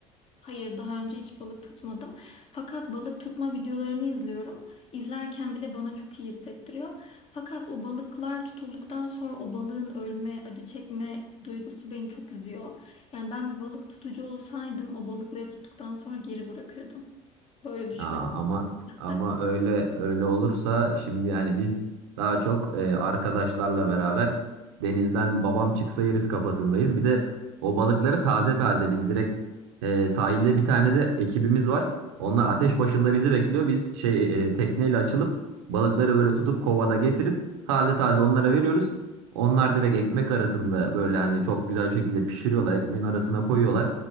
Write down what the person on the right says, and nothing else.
Aa, ama
ama öyle öyle olursa şimdi yani biz daha çok e, arkadaşlarla beraber denizden babam çıksa yeriz kafasındayız. Bir de o balıkları taze taze biz direkt e, sahilde bir tane de ekibimiz var. Onlar ateş başında bizi bekliyor. Biz şey e, tekneyle açılıp balıkları böyle tutup kovada getirip taze taze onlara veriyoruz. Onlar direkt ekmek arasında böyle hani çok güzel bir şekilde pişiriyorlar. Ekmeğin arasına koyuyorlar.